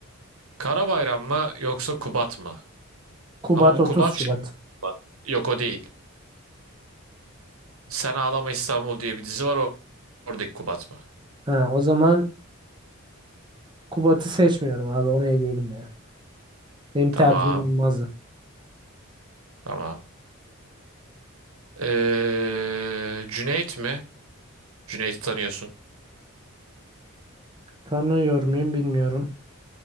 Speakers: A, on the right (about 75°); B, on the right (about 20°).
A: Karabayram mı yoksa Kubat mı?
B: Kubat
A: Ama bu
B: 30
A: Kubat
B: Şubat.
A: Şıkkubat. yok o değil. Sen Ağlama İstanbul diye bir dizi var o- oradaki Kubat mı?
B: Ha, o zaman Kubat'ı seçmiyorum abi. Onu eleyelim ya. Benim tercihim
A: Tamam
B: olmazdı.
A: tamam. Ee, Cüneyt mi? Cüneyt'i tanıyorsun.
B: Tanıyor muyum bilmiyorum.